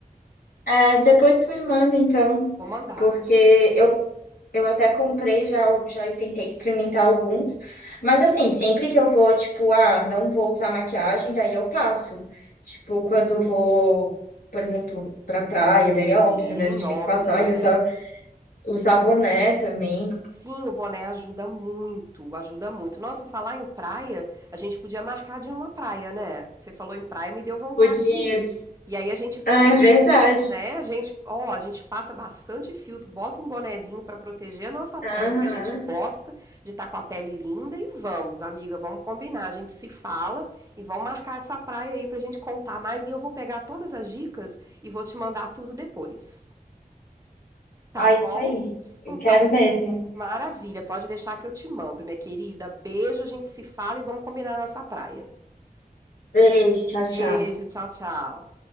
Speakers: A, on the left; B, on the right.
A: É, depois tu me manda, então,
B: Vou mandar.
A: porque eu, eu até comprei já, o- já tentei experimentar alguns, mas assim, sempre que eu vou, tipo, ah, não vou usar maquiagem, daí eu passo. Tipo, quando vou, por exemplo, pra praia, daí é óbvio,
B: Sim,
A: né? A gente
B: óbvio,
A: tem que passar
B: é.
A: e usar, usar boné também.
B: Sim, o boné ajuda muito, ajuda muito. Nossa, falar em praia, a gente podia marcar de ir numa praia, né? Você falou em praia, me deu vontade
A: por dias
B: de ir. E aí a gente
A: Ah, é verdade.
B: Né, a gente ó, a gente passa bastante filtro, bota um bonezinho para proteger a nossa pele,
A: Aham.
B: que a gente gosta de estar com a pele linda e vamos, amiga, vamos combinar, a gente se fala e vamos marcar essa praia aí pra gente contar mais e eu vou pegar todas as dicas e vou te mandar tudo depois, tá
A: Ah,
B: bom?
A: isso aí. Eu
B: Então,
A: quero mesmo.
B: maravilha, pode deixar que eu te mando, minha querida. Beijo, a gente se fala e vamos combinar a nossa praia.
A: Beijo, tchau, tchau.
B: Beijo, tchau, tchau.